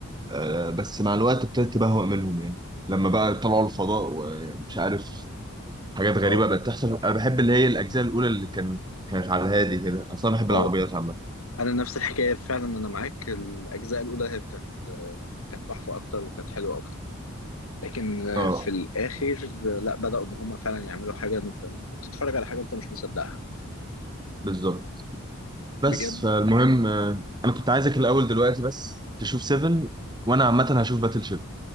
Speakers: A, on the right; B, on the left.
A: آه، بس مع الوقت ابتديت بهوأ منهم يعني لما بقى طلعوا الفضاء ومش عارف حاجات غريبه
B: اه
A: بقت تحصل انا بحب اللي هي الاجزاء الاولى اللي كان كانت على الهادي كده اصلا أنا بحب
B: اه
A: العربيات عامه
B: انا نفس الحكايه فعلا انا معاك الاجزاء الاولى هي كانت آه، كانت تحفه اكتر وكانت حلوه اكتر لكن آه،
A: اه
B: في الاخر آه، لا بداوا ان هم فعلا يعملوا حاجه انت أنت بتتفرج على حاجه انت مش مصدقها
A: بالظبط بس
B: بجد
A: فالمهم آه، انا كنت عايزك الاول دلوقتي بس تشوف 7 وانا عامه هشوف باتل شيب